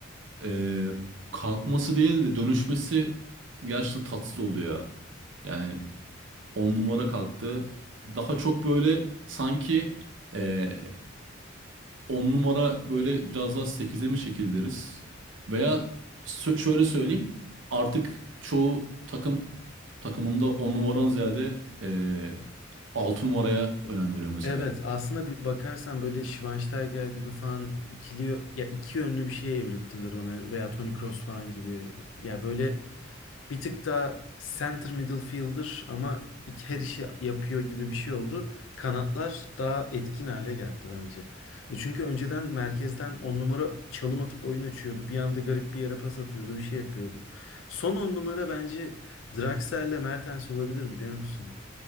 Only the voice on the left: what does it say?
Evet aslında bir bakarsan böyle Schweinsteiger gibi falan ikili ya iki yönlü bir şeye evrildiler ona veya Toni Kroos falan gibi. Ya böyle bir tık daha center middle fielder ama iki- her işi yapıyor gibi bir şey oldu. Kanatlar daha etkin hale geldi bence. E çünkü önceden merkezden on numara çalım atıp oyun açıyordu. Bir anda garip bir yere pas atıyordu, bir şey yapıyordu. Son on numara bence Draxler'le Mertens olabilir biliyor musun?